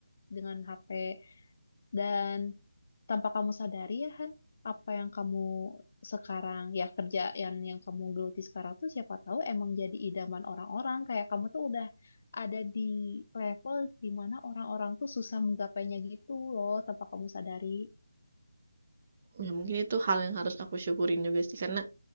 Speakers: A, on the left (about 35°); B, on the right (about 25°).
A: dengan HP dan tanpa kamu sadari ya Han, apa yang kamu sekarang ya kerja yang yang kamu geluti sekarang tuh siapa tahu emang jadi idaman orang-orang kayak kamu tuh udah ada di level di mana orang-orang tuh susah menggapainya gitu loh tanpa kamu sadari.
B: Ya mungkin itu hal yang harus aku syukurin juga sih karena